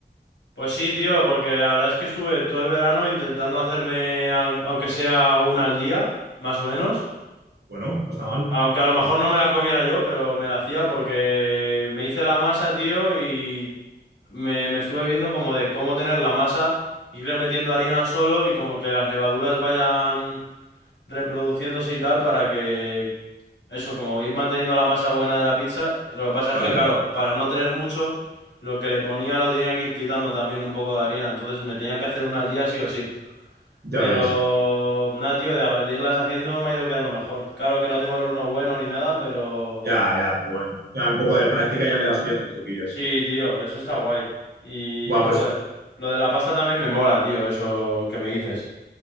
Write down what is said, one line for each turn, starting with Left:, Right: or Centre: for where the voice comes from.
Left: Pues sí, tío, porque la verdad es que estuve todo el verano intentando hacerme, al- aunque sea una al día, más o menos.
Right: Bueno, no está mal.
Left: Aunque a lo mejor no me la comiera yo, pero me la hacía porque me hice la masa, tío, y me, me estuve viendo como de cómo tener la masa, irle metiendo harina solo y como que las levaduras vayan reproduciéndose y tal para que eso, como ir manteniendo la masa buena de la pizza. Lo que pasa
Right: Vale,
Left: es que, claro, para no tener mucho, lo que le ponía lo tenía que ir quitando también un poco de harina, entonces me tenía que hacer una al día sí o sí.
Right: ya
Left: Pero
Right: ves.
Left: nada, tío, de, a- de irlas haciendo me ha ido quedando mejor. Claro que no tengo el horno bueno ni nada, pero
Right: Ya, ya, pero bueno, ya un poco de práctica ya le vas pillando el truquillo.
Left: sí, tío, eso está guay. Y
Right: Guau,
Left: joder,
Right: pues
Left: lo de la pasta también me mola, tío, eso que me dices.